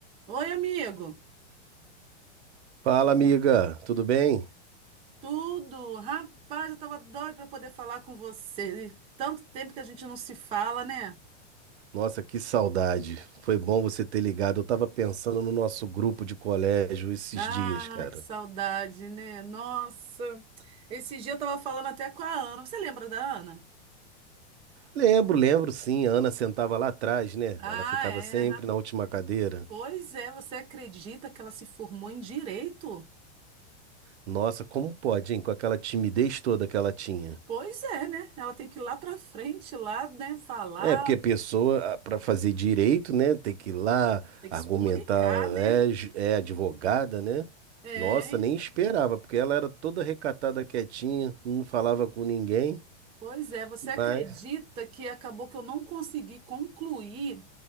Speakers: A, on the right; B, on the right.
A: Oi, amigo.
B: Fala, amiga, tudo bem?
A: Tudo? Rapaz, eu tava doida para poder falar com você. Tanto tempo que a gente não se fala, né?
B: Nossa, que saudade. Foi bom você ter ligado. Eu tava pensando no nosso grupo de colégio esses
A: Ah,
B: dias, cara.
A: que saudade, né? Nossa. Esse dia eu tava falando até com a Ana. Você lembra da Ana?
B: Lembro, lembro sim. A Ana sentava lá atrás, né?
A: Ah,
B: Ela ficava
A: é.
B: sempre
A: ra-
B: na última cadeira.
A: Pois é, você acredita que ela se formou em direito?
B: Nossa, como pode, hein? Com aquela timidez toda que ela tinha.
A: Pois é, né? Ela tem que ir lá pra frente, lá, né, falar,
B: É, porque a pessoa, para fazer direito, né, tem que ir lá
A: tem que
B: argumentar,
A: se comunicar, né?
B: é, ju- é advogada, né?
A: É.
B: Nossa, nem esperava, porque ela era toda recatada, quietinha, não falava com ninguém.
A: Pois é, você
B: Mas
A: acredita que acabou que eu não consegui concluir